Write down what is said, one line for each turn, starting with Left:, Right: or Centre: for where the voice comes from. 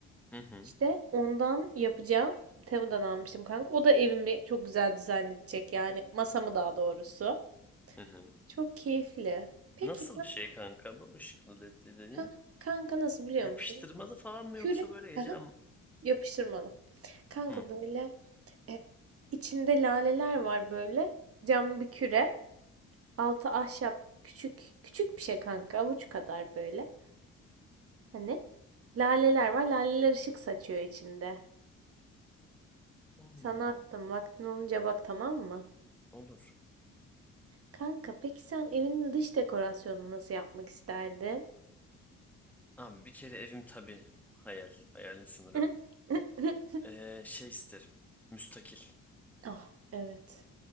Centre: hı, hı,
Right: İşte ondan yapacağım. Temu'dan almıştım kanka. O da evimi çok güzel dizayn edecek. Yani masamı daha doğrusu.
Centre: hı, hı.
Right: Çok keyifli. Peki
Centre: Nasıl
Right: kan-
Centre: bir şey kanka bu? Işıklı ledli dediğin.
Right: ha, kanka nasıl biliyor
Centre: Yapıştırmalı
Right: musun?
Centre: falan mı
Right: Küre
Centre: yoksa böyle gece
Right: aha, yapıştırmalı. Kanka
Centre: Hmm.
Right: böyle e, içinde laleler var böyle. Cam bir küre. Altı ahşap. Küçük küçük bir şey kanka. Avuç kadar böyle. Hani laleler var. Laleler ışık saçıyor içinde.
Centre: Allah
Right: Sana
Centre: Allah.
Right: attım. Vaktin olunca bak tamam mı?
Centre: Olur.
Right: Kanka peki sen evinin dış dekorasyonunu nasıl yapmak isterdin?
Centre: Abi bir kere evim tabii hayal. Hayalin sınırı
Right: <laughs>
Centre: yok. Ee, şey isterim. Müstakil.
Right: Ah evet.